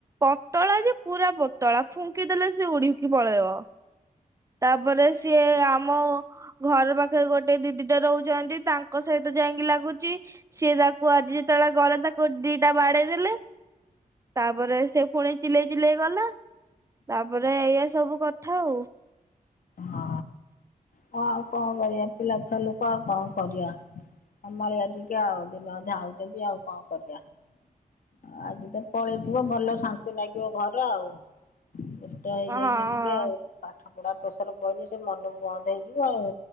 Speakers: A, on the right (about 20°); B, on the left (about 70°).
A: ପତଳା ଯେ ପୁରା ପତଳା ଫୁଙ୍କିଦେଲେ ସେ ଉଡିକି ପଳେଇବ। ତାପରେ ସିଏ ଆମ ଘର ପାଖରେ ଗୋଟେ ଦିଦିଟା ରହୁଛନ୍ତି। ତାଙ୍କ ସହିତ ଯାଇକି ଲାଗୁଛି ସିଏ ତାକୁ ଆଜି ଯେତେବେଳେ ଗଲା ତାକୁ ଦିଟା ବାଡେଇ ଦେଲେ। ତାପରେ ସେ ପୁଣି ଚିଲେଇ ଚିଲେଇ ଗଲା। ତାପରେ ଏଇଆ ସବୁ କଥା ଆଉ।
B: ହ ହଁ ଆଉ କଁ କରିଆ ପିଲାଛୁଆ ଲୋକ ଆଉ କଁ କରିଆ? ସମ୍ଭାଳିଆ ଟିକେ ଆଉ ଦିନ ଅଧେ ଆଉଚନ୍ତି ଆଉ କଁ କରିଆ। ଅ ଆଜି ତ ପଳେଇଥିବ ଭଲ ଶାନ୍ତି ଲାଗିବ ଘର ଆଉ। ଦୁଷ୍ଟ ହେଇଯାଇଚି
A: ହଁ
B: ଟିକେ ଆଉ ପାଠ ପଢା ପ୍ରେସର ପଇଲେ ସେ ମନକୁ ବନ୍ଦ୍ ହେଇଯିବ ଆଉ।